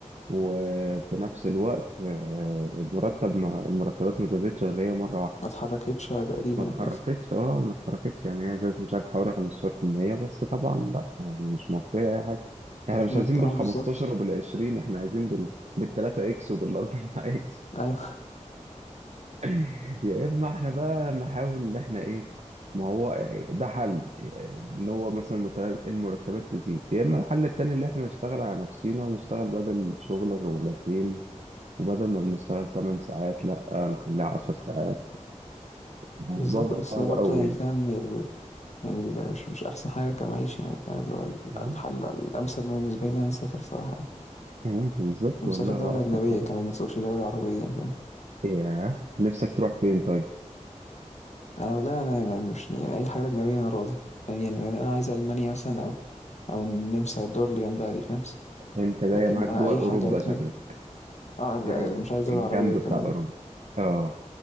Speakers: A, on the right (about 60°); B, on the left (about 65°).
A: وفي نفس الوقت آه، المرتب ما المرتبات ما زادتش غير هي مرة واحدة
B: ما اتحركتش تقريبا
A: ما
B: يعني
A: اتحركتش
B: فاهم
A: اه ما اتحركتش يعني هي زادت مش عارف حوالي 15% بس طبعا لا يعني مش موفية اي حاجة احنا
B: مش
A: مش
B: منطقه
A: عايزين بال 15
B: بالظبط
A: وبال 20 احنا عايزين بال بال 3 اكس وبال 4 اكس
B: ايوه
A: <laughs> يا اما احنا بقى نحاول ان احنا ايه ما هو ده حل ان هو مثلا المرتب- المرتبات تزيد يا اما الحل التاني اللي احنا نشتغل على نفسينا ونشتغل بدل شغلة شغلتين وبدل ما بنشتغل 8 ساعات لا نخليها 10 ساعات الموضوع
B: بالظبط
A: بقى
B: بس
A: صعب
B: ده برضو
A: قوي
B: يعني فاهم يعني ده مش مش احسن حاجه كمعيشه يعني فاهم اللي هو ال-
A: يعني
B: الحل الامثل بالنسبه لي إن انا اسافر صراحه يعني
A: مم، بالظبط
B: انا
A: والله
B: مسافر دوله
A: هو احسن
B: اجنبيه
A: حاجه
B: كمان ما تسوقش دوله عربيه يعني فاهم
A: ياه نفسك تروح فين طيب
B: انا والله انا يعني مش يعني اي حاجه اجنبيه انا راضي فاهم يعني انا أنا عايز المانيا مثلا او او النمسا الدول اللي جنبها دي فاهم
A: انت جايه
B: لكن
A: معاك
B: اي
A: دول اوروبا
B: حاجه اجنبيه
A: شكلك
B: اه لا
A: جاي
B: اللي مش عايز دولة
A: الجنب
B: عربية
A: بتاع
B: كمان
A: اوروبا
B: أهو.
A: اه